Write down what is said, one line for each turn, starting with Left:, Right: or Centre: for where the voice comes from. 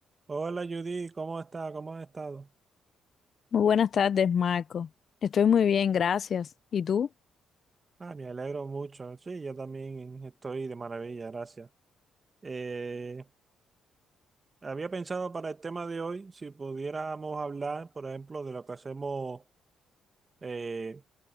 Right: Hola Judy, ¿cómo está? ¿Cómo has estado?
Left: Muy buenas tardes, Marco. Estoy muy bien, gracias. ¿Y tú?
Right: Ah, me alegro mucho. Sí, yo también estoy de maravilla, gracias. Eh, había pensado para el tema de hoy si pudiéramos hablar, por ejemplo, de lo que hacemos, eh,